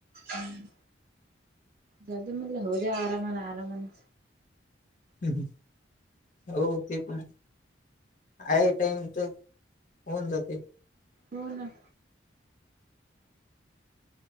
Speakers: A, on the right (about 45°); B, on the left (about 45°).
A: हूं जाऊ दया म्हनंल होऊं दया आरामान आरामान.
B: हूं हूं हो ते पण. आहे टाईम त होऊन जाते.
A: हो ना.